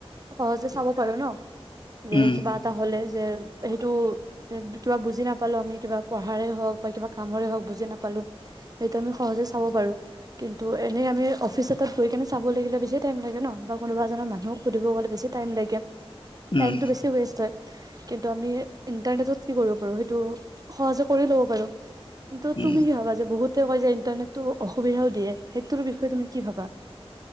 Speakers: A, on the right; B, on the left.
A: সহজে চাব পাৰো ন যে
B: উম,
A: কিবা এটা হ'লে যে সেইটো কিবা বুজি নাপালো আমি কিবা পঢ়াৰে হওঁক বা কিবা কামৰে হক বুজি নাপালো সেইটো আমি সহজে চাব পাৰো কিন্তু এনেই আমি অফিচ এটাত গৈ কেনে চাব লাগিলে বেছিয়ে টাইম লাগে ন বা কোনোবা এজনক মানুহক সুধিব গলে বেছি টাইম লাগে
B: উম,
A: টাইমতটো বেছি ৱেষ্ট হয় কিন্তু আমি ইণ্টাৰনেটত কি কৰিব পাৰো সেইটো সহজে কৰি ল'ব পাৰো কিন্তু
B: উম।
A: তুমি কি ভাবা যে বহুত তেওঁ কয় যে ইণ্টাৰনেটটো অসুবিধাও দিয়ে সেইটোৰ বিষয়ে তুমি কি ভাবা